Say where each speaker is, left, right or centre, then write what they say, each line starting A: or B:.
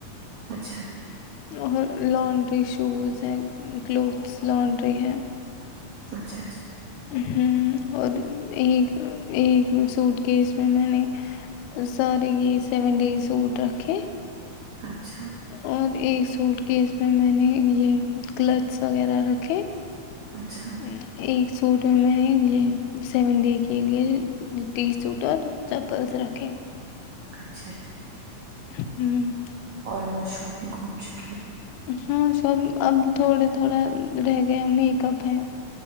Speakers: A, on the right; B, on the left.
A: اچھا
B: اور لانڈری شوز ہیں کلوتھس لانڈری ہیں
A: اچھا اچھا
B: ہ اور ایک ایک سوٹ کی اس میں میں نے سارے یہ سیون ڈیز سوٹ رکھے
A: اچھا
B: اور ایک سوٹ کیس میں میں نے یہ کلچس وغیرہ رکھے
A: اچھا،
B: یہ سوٹ میں میں نے یہ سیون ڈے کے لیے ٹی سوٹ اور چپلس رکھے
A: اچھا ٹھیک ہے
B: ہوں
A: آلموسٹ شاپنگ ہو چکی ہیں
B: ہاں سب اب تھوڑے تھوڑا رہ گیا میک اپ ہے